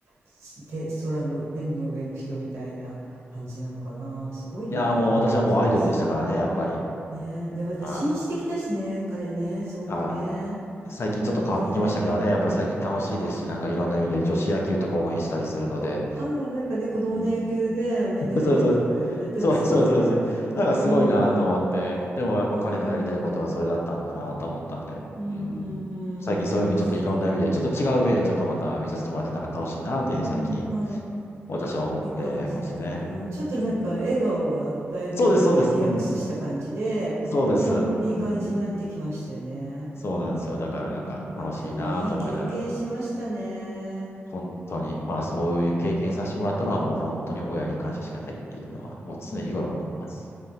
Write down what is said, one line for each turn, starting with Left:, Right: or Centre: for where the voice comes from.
Right: すて、空の、天の上の人みたいな感じなのかな。すごいな、
Left: いやーもう私はもうアイドルでしたからね、
Right: やっぱイチローさん。
Left: やっぱり。
Right: ねえ、で、また紳士的だしね、
Left: はい。
Right: 彼ね、すごくね。
Left: はい。最近ちょっと変わってきましたけどね、
Right: ねえ。
Left: やっぱり最近楽しいですし、なんかいろんな意味で女子野球とか応援したりするので。
Right: ああ、なんかね、子供の野球ね、
Left: うん。
Right: お面倒見たりとか、
Left: <laughs> そうそう。
Right: いろいろやってますよね。
Left: そうそうそうそう。なんかすごいなと思って。
Right: うん。
Left: でもやっぱ彼のやりたいことはそれだったんだなと思ったので。
Right: うん。うん、
Left: うん。
Right: うん、う
Left: 最近そういう意味でちょっといろんな意味で、
Right: ん、楽しそう。
Left: ちょっと違う目でちょっとまた見させてもらってなんか楽しいなっていうふうに最近
Right: うん、うん、
Left: 私は思ってますね。
Right: いいかもしれない。うん、ちょっとなんか笑顔がだいぶ、
Left: うん。そうです、
Right: なんていう、
Left: そうです。
Right: リラックスした感じで、
Left: うん。そうです。
Right: うん、いい感じになってきましたよね。
Left: うん。そうなんですよ。だからなんか楽しいなと思いながら、
Right: うん、あ、でもいい経験しましたね。
Left: 本当に、まあそういう経験させてもらったのはもう本当に親に感謝しかないっていうのは、もう常日頃思ってます。